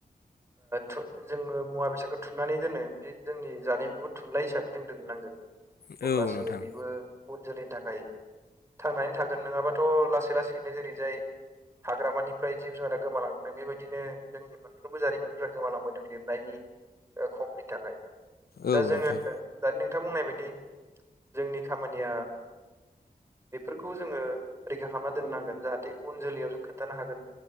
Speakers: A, on the right (about 15°); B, on the left (about 75°).
A: थु जोङो मुवा बेसादखौ थुनानै दोनो बे जोंनि जानायखौबो थुनलाइ हिसाबै जों दोननांगोन
B: औ
A: अब्लासो
B: नोंथां
A: बेबो उन जोलैनि थाखाय थांनानै थागोन नङाबाथ' लासै लासैनो नो जेरै जाय हाग्रामानिफ्राय जिब जुनारा गोमालांदों बेबायदिनो जोंनि मोनफ्रोमबो जारिमिनफ्रा गोमालांबाय दं लिरनायनि खमनि थाखाय
B: औ
A: दा जोङो
B: नोंथां
A: दानि नोंथां बुंनाय बायदि जोंनि खामानिया बेफोरखौ जोङो रैखा खालामना दोननांगोन। जाहाथे उन जोलै जों खोन्थानो हागोन